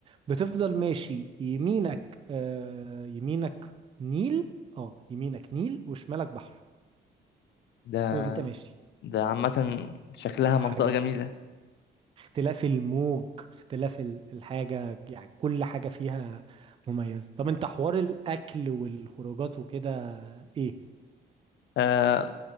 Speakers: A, on the right; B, on the left.
A: بتفضل ماشي يمينك آه يمينك نيل اه يمينك نيل وشمالك بحر
B: ده
A: وانت ماشي
B: ده عامة شكلها منطقة
A: فحاجة
B: جميلة
A: اختلاف الموج اختلاف ال- الحاجة يعني كل حاجة فيها مميزة طب انت حوار الأكل والخروجات وكده ايه؟
B: أه